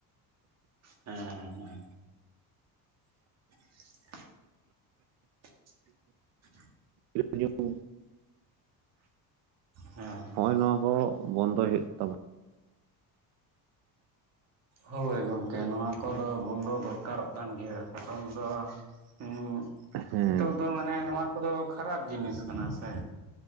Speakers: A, on the right (about 40°); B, on the right (about 85°).
A: ᱦᱮᱸ ᱦᱮᱸ <unintelligible>
B: <unintelligible>
A: ᱦᱮᱸ ᱦᱮᱸ
B: ᱱᱚᱜ ᱚᱭ ᱱᱚᱣᱟ ᱠᱚ ᱵᱚᱱᱫᱚᱭ ᱦᱩᱭᱩᱜ ᱛᱟᱵᱚᱱᱟ
A: ᱦᱳᱭ ᱜᱚᱢᱠᱮ ᱱᱚᱣᱟ ᱠᱚᱫᱚ ᱵᱚᱱᱫᱚ ᱫᱚᱨᱠᱟᱨᱚᱜ ᱠᱟᱱ ᱜᱮᱭᱟ ᱠᱟᱨᱚᱱ ᱫᱚ ᱦᱮᱸ
B: ᱦᱮᱸ
A: ᱱᱤᱛᱚᱜ ᱫᱚ ᱢᱟᱱᱮ ᱱᱚᱣᱟ ᱠᱚᱫᱚ ᱠᱷᱟᱨᱟᱯ ᱡᱤᱱᱤᱥ ᱠᱟᱱᱟ ᱥᱮ